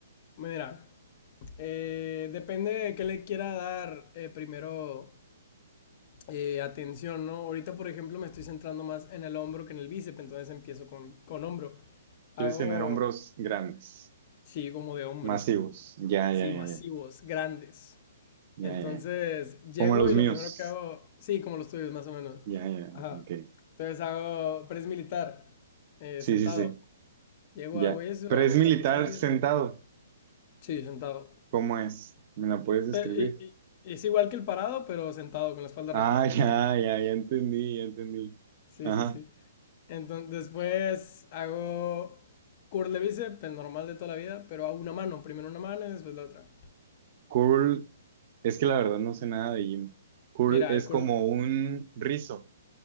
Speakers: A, on the left (about 40°); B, on the right (about 40°).
A: mira, eh, depende de qué le quiera dar eh, primero eh, atención, ¿no? Ahorita, por ejemplo, me estoy centrando más en el hombro que en el bíceps, entonces empiezo con, con hombro. Hago,
B: ¿Quieres tener hombros grandes?
A: sí, como de hombre,
B: Masivos. Ya,
A: sí,
B: ya,
A: masivos,
B: ya,
A: grandes.
B: ya,
A: Entonces,
B: ya, ya.
A: llego
B: Como los
A: y
B: míos.
A: lo primero que hago, sí, como los tuyos, más o menos.
B: Ya, ya,
A: Ajá.
B: ok.
A: Entonces hago press militar, eh,
B: Sí,
A: sentado.
B: sí, sí,
A: Llego,
B: ya.
A: hago eso,
B: Pero
A: hago
B: es militar
A: cuatro series.
B: sentado.
A: Sí, sentado.
B: ¿Cómo es? ¿Me la puedes describir?
A: Eh, y- y- es igual que el parado, pero sentado con la espalda recta.
B: Ah, <laughs> ya, ya, ya entendí, ya entendí.
A: Sí,
B: Ajá.
A: sí, sí. Entonces, después hago curl de bíceps, el normal de toda la vida, pero hago una mano, primero una mano y después la otra.
B: Curl, es que la verdad no sé nada de gym. Curl
A: Mira,
B: es
A: el curl,
B: como un rizo,